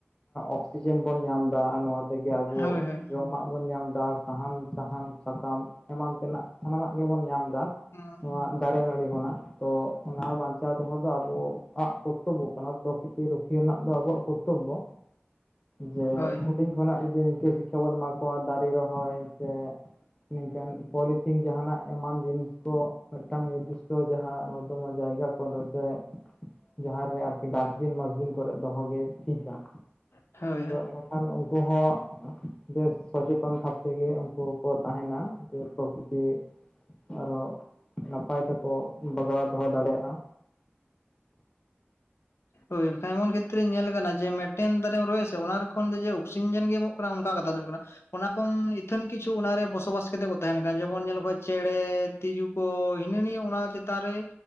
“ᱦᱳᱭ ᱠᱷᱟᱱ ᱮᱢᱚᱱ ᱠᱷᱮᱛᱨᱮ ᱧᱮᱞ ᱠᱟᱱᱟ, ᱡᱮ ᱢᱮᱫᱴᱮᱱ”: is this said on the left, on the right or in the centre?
Left